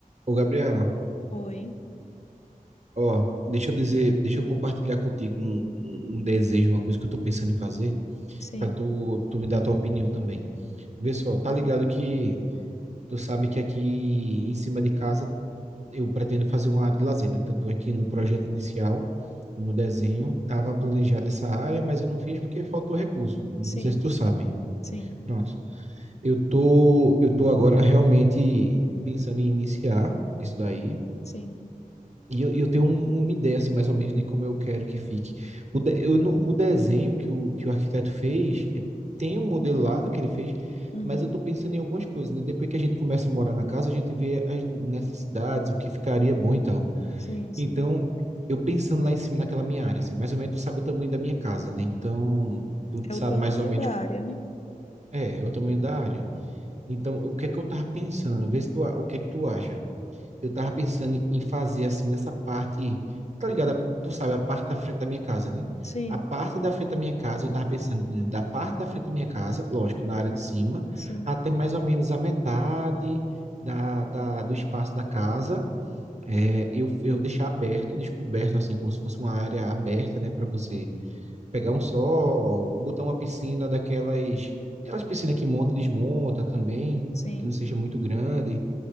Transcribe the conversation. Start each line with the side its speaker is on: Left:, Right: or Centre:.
Right: Ô, Gabriela,
Left: Oi.
Right: ó, deixa eu dizer, deixa eu compartilhar contigo um, um- um desejo, uma coisa que eu tô pensando em fazer,
Left: Sim,
Right: pra tu, tu me dar a tua opinião também. Vê só, tá ligado que tu sabe que aqui em cima de casa eu pretendo fazer uma área de lazer, né? Tanto aqui no projeto inicial, no desenho, tava planejada essa área, mas eu não fiz porque faltou recurso. Não
Left: sim,
Right: sei se tu
Left: sim,
Right: sabe.
Left: sim,
Right: Pronto. Eu tô, eu tô agora realmente pensando em iniciar isso daí.
Left: sim.
Right: E eu, eu tenho um- uma ideia, assim, mais ou menos, de como eu quero que fique. O, de- eu não- o desenho que o, que o arquiteto fez, eh, tem um modelado que ele fez,
Left: Uhum.
Right: mas eu estou pensando em algumas coisas, né? Depois que a gente começa a morar na casa, a gente vê as necessidades, o que ficaria bom e tal.
Left: Sim, sim.
Right: Então, eu pensando lá em cima, naquela minha área, assim, mais ou menos tu sabe o tamanho da minha casa, né? Então, tu
Left: É
Right: sabe
Left: o tamanho
Right: mais ou menos,
Left: da área, né?
Right: é, é o tamanho da área. Então, o que é que eu tava pensando? Vê se tu, a- o que é que tu acha. Eu tava pensando em fazer assim nessa parte, tá ligado? A- Tu sabe, a parte da frente da minha casa, né?
Left: Sim,
Right: A parte da frente da minha casa, eu tava pensando de- da parte da frente da minha casa, lógico, na área de cima,
Left: sim,
Right: até mais ou menos a metade da, da- do espaço da casa. É, eu, eu deixar aberto, descoberto, assim, como se fosse uma área aberta, né, para você pegar um sol, botar uma piscina daquelas, aquelas piscinas que monta e desmonta também,
Left: sim.
Right: que não seja muito grande,